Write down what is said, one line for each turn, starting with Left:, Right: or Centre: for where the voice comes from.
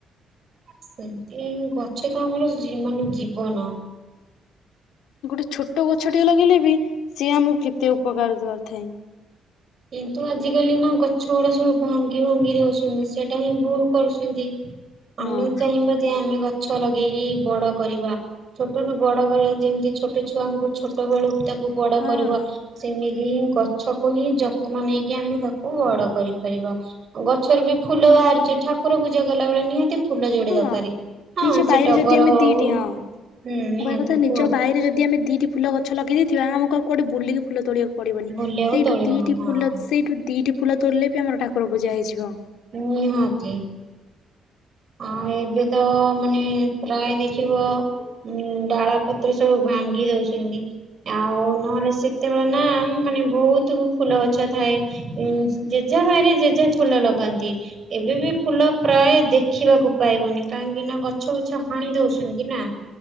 Right: ସେମତି ଏଇ ଗଛ ତ ଆମର ଜୀ ମାନେ ଜୀବନ।
Left: ଗୋଟେ ଛୋଟ ଗଛ ଟିଏ ଲଗେଇଲେ ବି ସିଏ ଆମକୁ କେତେ ଉପକାର କରିଥାଏ।
Right: କିନ୍ତୁ ଆଜିକାଲି ନ- ଗଛ ଗୁଡା ସବୁ ଭାଙ୍ଗି ଭୁଙ୍ଗି ଦଉଛନ୍ତି ସେଟା ହିଁ ଭୁଲ କରୁଛନ୍ତି।
Left: ହଁ
Right: ଆମେ ଚାହିଁବା ଯେ ଆମେ ଗଛ ଲଗେଇକି ବଡ କରିବା। ଛୋଟରୁ ବଡ କରିବା ଯେମତି ଛୋଟ ଛୁଆଙ୍କୁ ଛୋଟବେଳୁ ତା କୁ ବଡ
Left: ହଁ
Right: କରିବ ସେମିତି ହିଁ ଗଛକୁ ହିଁ ଯ ତ୍ନ ନେଇକି ଆମେ ତାକୁ ବଡ କରିପାରିବା। ଗଛରୁ ବି ଫୁଲ ବାହାରିଛି ଠାକୁର ପୂଜା କଲା ବେଳେ ନିହାତି ଫୁଲ ଯୋଡେ
Left: ହଁ
Right: ଦରକାରେ ହଁ
Left: ନିଜ ବାଇରେ
Right: ସେ ଟଗର
Left: ଯଦି ଆମେ
Right: ହଉ
Left: ଦିଟି ହଁ
Right: ହୁଁ ନିହାତି
Left: ମୁଁ କହିବା କଥା ନିଜ
Right: କୁହ
Left: ବାଇରେ ଯଦି ଆମେ ଦିଟି ଫୁଲ ଗ ଛ ଲଗେଇ ଦେଇଥିବା ଆମକୁ ଆଉ କୁୁଆଡେ ବୁଲିକି ଫୁଲ ତୋଳିବାକୁ ପଡିବନି।
Right: ବୁଲିବାକୁ
Left: ସେଇଠୁ
Right: ତୋଳିବି
Left: ଦିଟି
Right: ହଁ।
Left: ଫୁଲ ସେଇଠୁ ଦିଟି ଫୁଲ ତୋଳିଲେ ବି ଆମର ଠାକୁର ପୂଜା ହେଇଯିବ।
Right: ନିହାତି। ଆଉ ଏବେ ତ ମାନେ ପ୍ରାୟ ଦେଖିବ ଉଁ, ଡାଳ ପତ୍ର ସବୁ ଭାଙ୍ଗି ଦଉଛନ୍ତି। ଆଉ ନହେଲେ ସେତେବେଳେ ନା ଆମ୍ ମାନେ ବହୁତୁ ଫୁଲ ଗଛ ଥାଏ। ଉଁ, ଯେଝା ବାଇରେ ଯେଝା ଫୁଲ ଲଗାନ୍ତି ଏବେ ବି ଫୁଲ ପ୍ରାୟ ଦେ ଖିବାକୁ ପାଇବନି କାହିଁକି ନା ଗଛ ଫଛ ହାଣି ଦଉଛନ୍ତି ନା।